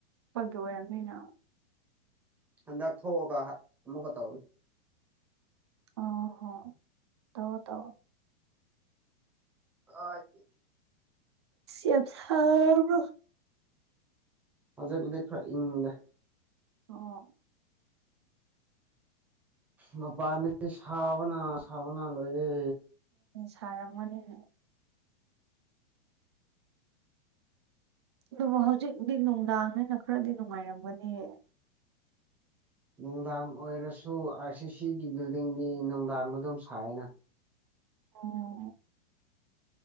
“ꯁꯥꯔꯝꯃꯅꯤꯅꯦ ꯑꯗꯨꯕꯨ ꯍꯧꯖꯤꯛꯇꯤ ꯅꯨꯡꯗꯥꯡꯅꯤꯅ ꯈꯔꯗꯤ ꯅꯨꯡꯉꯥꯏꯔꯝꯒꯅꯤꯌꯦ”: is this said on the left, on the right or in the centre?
Right